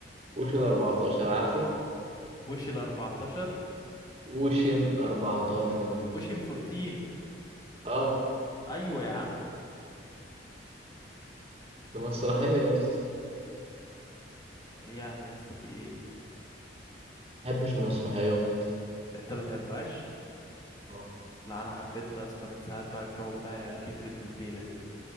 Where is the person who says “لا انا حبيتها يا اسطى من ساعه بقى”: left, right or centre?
Left